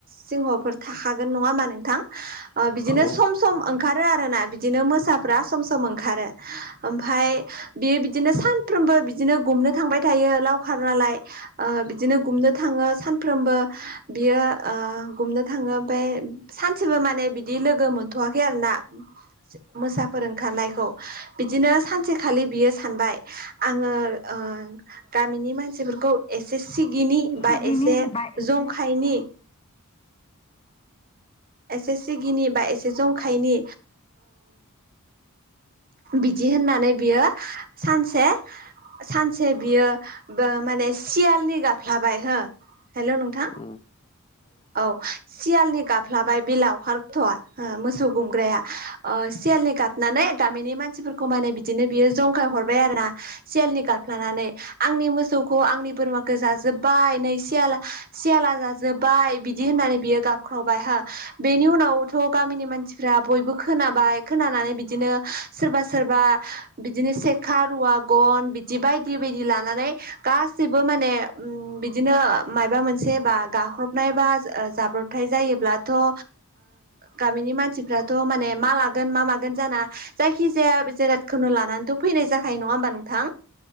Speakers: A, on the right; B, on the left.
A: सिंहफोर थाखागोन नङा हा नोंथां बिदिनो
B: औ।
A: सम सम ओंखारो आरोना बिदिनो मोसाफ्रा सम सम ओंखारो ओमफ्राय बियो बिदिनो सानफ्रोमबो बिदिनो गुमनो थांबाय थायो लावखार नालाय ओ बिदिनो गुमनो थाङो सानफ्रोमबो बियो ओ गुमनो थाङो ओमफ्राय सानसेबो माने बिदि लोगो मोनथ'वाखै आरोना मोसा फोर ओंखारनायखौ बिदिनो सानसेखालि बियो सानबाय आङो ओ गामिनि मानसिफोरखौ एसे सिगिनि
B: सिगिनि
A: बा एसे
B: बा एसे
A: जंखायनि एसे सिगिनि बा एसे जंखायनि बिदि होननानै बियो सानसे सानसे बियो माने बो सियालनि गाफ्लाबाय हो हेल' नोंथां
B: उम
A: औ सियालनि गाबफ्लाबाय बे लावखार गथ'आ हो मोसौ गुमग्राया ओ सियालनि गाबनानै गामिनि मानसिफोरखौ माने बिदिनो बियो जंखाय हरबाय आरो ना सियालनि गफ्लानानै आंनि मोसौखौ आंनि बोरमाखौ जाजोब्बाय नै सियाल सियाला जाजोब्बाय बिदि होननानै बियो गाबख्रावबाय हो बेनि उनावथ' गामिनि मानसिफ्रा बयबो खोनाबाय खोनानानै बिदिनो सोरबा सोरबा बिदिनो सेखा रुवा गन बिदि बायदि बायदि लानानै। गासिबो माने बिदिनो मायबा मोनसे बा गाख्रबनाय बा जाब्रबथाय जायोब्ला थ' ओ गामिनि मानसिफ्राथ' माने मा लागोन मा मागोन जाना। जायखिजाया जिरादखौनो लानानैथ' फैनाय जाखायो नङा होमबा नोंथां?